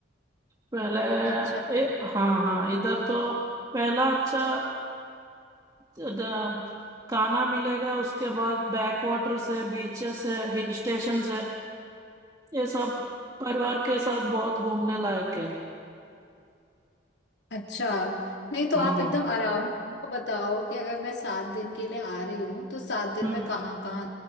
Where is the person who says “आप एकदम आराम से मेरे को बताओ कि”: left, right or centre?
Left